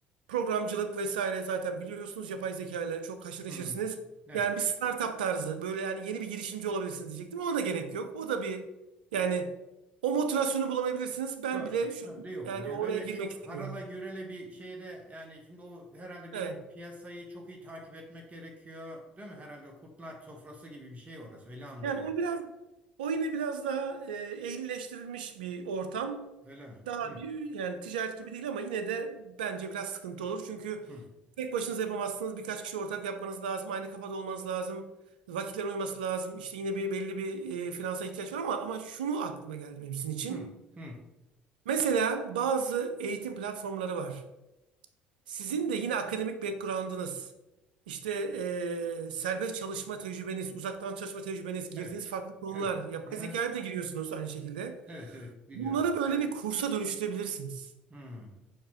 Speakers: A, on the right; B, on the right.
A: Programcılık vesaire zaten biliyorsunuz yapay zeka ile çok haşır neşirsiniz.
B: Hmm. Evet.
A: Yani bir startup tarzı böyle yani yeni bir girişimci olabilirsiniz diyecektim. Ona da gerek yok. O da bir yani o motivasyonu bulamayabilirsiniz. Ben
B: Doğru.
A: bile şu
B: Şu
A: an
B: anda yokum.
A: yani
B: Yani
A: oraya
B: öyle
A: girmek
B: çok
A: istemiyorum.
B: harala gürele bir şeyde yani şimdi o herhalde
A: Evet.
B: bir de piyasayı çok iyi takip etmek gerekiyor. Değil mi? Herhalde o kurtlar sofrası gibi bir şey orası. Öyle anlıyorum.
A: Yani o biraz o yine biraz daha e, ehlileştirilmiş bir ortam.
B: Öyle mi?
A: Daha
B: Hmm.
A: bir yani ticaret gibi değil ama yine de bence biraz sıkıntı olur. Çünkü
B: Hmm.
A: tek başınıza yapamazsınız. Birkaç kişi ortak yapmanız lazım. Aynı kafada olmanız lazım. Vakitler uyması lazım. İşte yine bir belli bir e, finansa ihtiyaç var ama ama şunu aklıma geldi benim sizin için.
B: Hı, hı.
A: Mesela bazı eğitim platformları var. Sizin de yine akademik background'ınız, işte eee, serbest çalışma tecrübeniz, uzaktan çalışma tecrübeniz, girdiğiniz
B: Evet.
A: farklı konular,
B: Evet.
A: yapay
B: Aha.
A: zekaya da giriyorsunuz aynı şekilde.
B: Evet, evet. Biliyorum.
A: Bunları böyle bir kursa dönüştürebilirsiniz.
B: Hı.